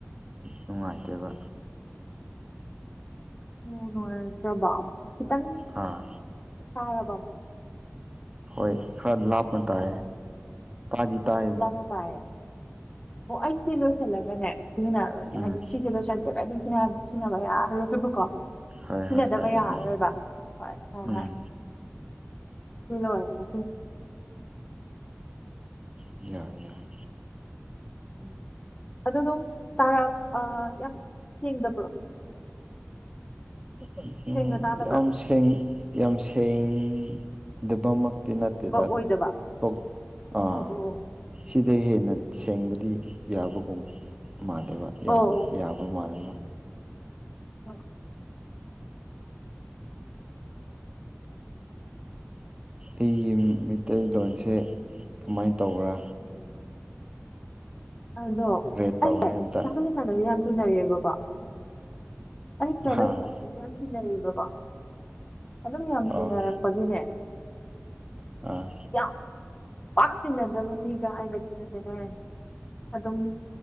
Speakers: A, on the right; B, on the left.
A: ꯅꯨꯡꯉꯥꯏꯇꯕ
B: ꯎꯝ ꯅꯣꯏ ꯈꯤꯇꯪ
A: ꯑꯥ
B: ꯇꯥꯔꯕꯣ
A: ꯍꯣꯏ ꯈꯔ ꯂꯥꯞꯅ ꯇꯥꯏ ꯇꯥꯗꯤ ꯇꯥꯏ
B: ꯂꯞꯅ ꯇꯥꯏꯌꯦ ꯑꯣ ꯑꯩ ꯁꯤ ꯂꯣꯏꯁꯤꯜꯂꯒꯅꯦ ꯁꯤꯖꯤꯟꯅꯔꯔꯣꯏꯒꯦ
A: ꯎꯝ
B: ꯍꯥꯏꯗꯤ ꯁꯤꯁꯦ ꯂꯣꯏꯁꯟꯗ꯭ꯔꯒꯗꯤ ꯁꯤ ꯁꯤꯖꯤꯟꯅꯕ ꯌꯥꯔꯣꯏꯕꯀꯣ
A: ꯍꯣꯏ
B: ꯁꯤꯖꯤꯟꯅꯗꯕ
A: ꯍꯣꯏ ꯀꯥꯏꯗꯦ
B: ꯌꯥꯔꯔꯣꯏꯕ
A: ꯀꯥꯏꯗꯦ
B: ꯍꯣꯏ ꯍꯣꯏ
A: ꯎꯝ
B: ꯍꯣꯏ ꯏꯂ ꯊ
A: ꯌꯥꯏ ꯌꯥꯏ
B: ꯎꯝ ꯑꯗꯨ ꯑꯗꯨꯝ ꯇꯥꯔ ꯌꯥꯝ ꯁꯦꯡꯗꯕ꯭ꯔꯣ
A: ꯑꯗꯨ
B: ꯁꯦꯡꯅ ꯇꯥꯗꯕ꯭ꯔꯣ
A: ꯌꯥꯝ ꯁꯦꯡ ꯌꯥꯝ ꯁꯦꯡꯗꯕꯃꯛ ꯇꯤ ꯅꯠꯇꯦꯗ
B: ꯕ
A: ꯑꯗꯨꯝ
B: ꯑꯣꯏꯗꯕ
A: ꯊꯣꯛ ꯑꯥ
B: ꯑꯣ ꯑꯣ
A: ꯁꯤꯗ ꯍꯦꯟꯅ ꯁꯦꯡꯕꯗꯤ ꯌꯥꯕꯒꯨꯝ ꯃꯥꯜꯂꯦꯕ
B: ꯑꯣ
A: ꯌꯥꯕ ꯃꯥꯜꯂꯦꯕ
B: ꯑ
A: ꯑꯩꯒꯤ ꯃꯩꯇꯩꯂꯣꯟꯁꯦ ꯀꯃꯥꯏꯅ ꯇꯧꯕ꯭ꯔꯥ
B: ꯑꯗꯣ
A: ꯔꯦꯠ ꯇꯧꯅꯦ
B: ꯑꯩꯁꯦ
A: ꯑꯝꯇ
B: ꯏꯃꯥꯟꯅꯕꯤ ꯌꯥꯝ ꯇꯤꯟꯅꯔꯛ ꯑꯦꯕꯀꯣ ꯑꯩ
A: ꯑꯥ
B: ꯑꯗꯨ ꯌꯥꯝ ꯇꯤꯟꯅꯕꯀꯣ ꯑꯗꯨꯝ ꯌꯥꯝ
A: ꯑꯥ
B: ꯇꯤꯟꯅꯔꯛꯄꯒꯤꯅꯦ
A: ꯑꯥ
B: ꯌꯥꯝ ꯄꯥꯛ ꯇꯤꯟꯅꯗꯕ ꯃꯤꯒ ꯍꯥꯏꯕꯗꯤ ꯈꯅ ꯑꯗꯨꯝ